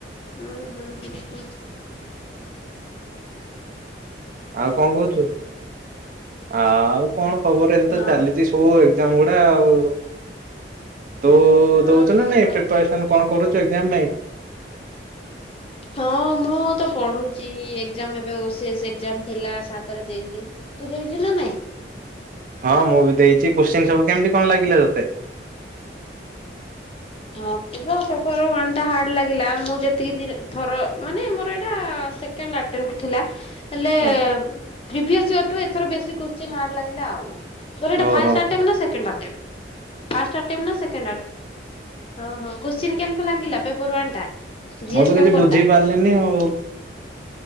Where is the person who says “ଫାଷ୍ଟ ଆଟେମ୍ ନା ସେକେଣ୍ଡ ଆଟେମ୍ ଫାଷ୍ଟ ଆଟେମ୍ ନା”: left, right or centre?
Left